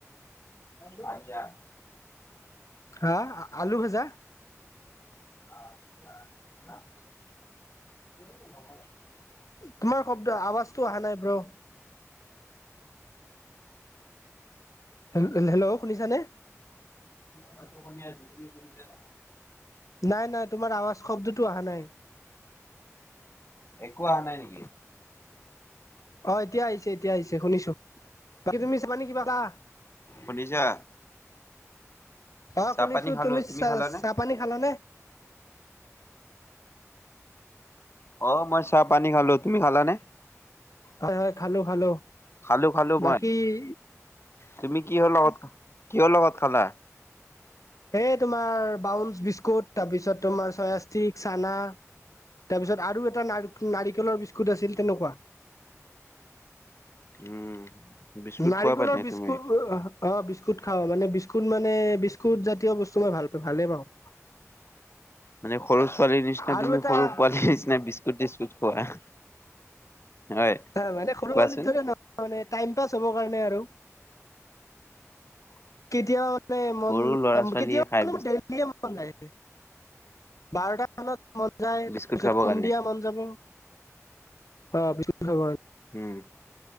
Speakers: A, on the left; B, on the left.
A: <unintelligible>
B: হা, আলু ভাজা?
A: <unintelligible>
B: তোমাৰ শব্দ আৱাজটো অহা নাই ব্ৰ। হেল হেল্ল' শুনিছানে?
A: মইতো শুনি আছো, তুমি শুনিছানে?
B: নাই নাই তোমাৰ আৱাজ শব্দটো আহা নাই।
A: একো আহা নাই নেকি?
B: অ', এতিয়া আহিছে এতিয়া আহিছে শুনিছো, বাকী তুমি <unintelligible> কিবা খালা?
A: শুনিছা?
B: অ
A: চাহ
B: শুনিছো
A: পানী খালো
B: তুমি চাহ
A: খালানে
B: চাহ পানী খালানে?
A: অ মই চাহ পানী খালো তুমি খালানে?
B: হয় হয় খালো খালো।
A: খালো খালো ভাত,
B: বাকী
A: তুমি কিহৰ লগত কিহৰ লগত খালা?
B: এই তোমাৰ ব্ৰাউছ বিস্কুট তাৰপিছত তোমাৰ ছয়া ষ্টিক, চানা। তাৰপিছত আৰু এটা ন নাৰিকলৰ বিস্কুট আছিল তেনেকোৱা
A: উম বিস্কুট
B: নাৰিকলৰ
A: খোৱা পানে
B: বিস্কুট
A: তুমি?
B: অহ অ বিস্কুট খাও মানে বিস্কুট মানে বিস্কুট জাতীয় বস্তু মই ভাল পা ভালে পাওঁ
A: মানে সৰু ছোৱালীৰ নিচিনা
B: আৰু
A: তুমি
B: এটা
A: সৰু পোৱালীৰ নিচিনা বিস্কুট চিস্কুট খোৱা। হয়,
B: হে মানে সৰু
A: কোৱাচোন
B: পোৱালিত ধৰি নহয় মানে টাইম পাছ হব কাৰণে আৰু কেতিয়াও মানে মন
A: সৰু ল'ৰা
B: যাম
A: ছোৱালীয়ে
B: কেতিয়াও
A: খাই
B: মানে মন যায় বাৰটা মানত মন যায়
A: বিস্কুট
B: তাৰপিছত
A: খাব
B: সন্ধিয়া
A: কাৰণে।
B: মন যায় যাব অ বিস্কুট খাব
A: উম